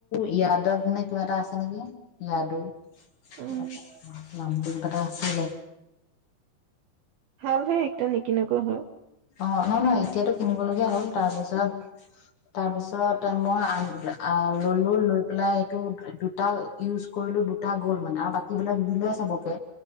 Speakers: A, on the left; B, on the right.
A: ইয়াদত নে কিবা এটা আছে নেকি? ইয়াদু।
B: উম,
A: <inaudible> নামটো কাটা আছিলে।
B: ভালহ একদম নিকিনকৈয় হয়।
A: অ', নয় নহয়, এতিয়াতো কিনিবলগীয়া হ'ল তাৰপিছত-তাৰপিছত তে মই <unintelligible> আ ললো লৈ পেলাই এইটো দুটা ইউজ কৰিলো দুটা গ'ল মানে আৰু বাকী বিলাক দিলে চবকে।